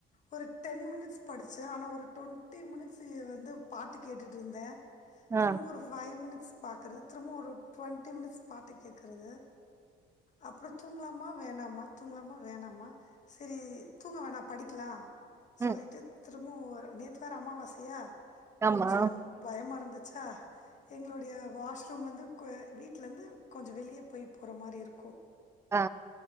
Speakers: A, on the left (about 45°); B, on the right (about 15°).
A: ஒரு டென் மினிட்ஸ் படிச்சே ஆனா ஒரு டுவெண்ட்டி மினிட்ஸ் வந்து பாட்டு கேட்டுட்டு இருந்தே
B: ஆ
A: திரும்ப ஒரு ஃபைவ் மினிட் ஸ் பாக்கறது திரும்ப ஒரு டுவென்ட்டி மினிட்ஸ் பாட்டு கேக்கறது அப்றோ தூங்லாமா வேணாமா தூங்லாமா வேணாமா சரி தூங்க வேணா படிக்கலா
B: ம்
A: சொல்லிட்டு திரும்பவு ஒரு நேத்து வேற அமாவாசயா
B: ஆமா
A: கொஞ்சோ பயமா இருந்துச்சா எங்களுடைய வாஷ்ரூம் வந்து கொ வீட்லந்து கொஞ்சோ வெளிய போய் போற மாரி இருக்கு
B: ஆ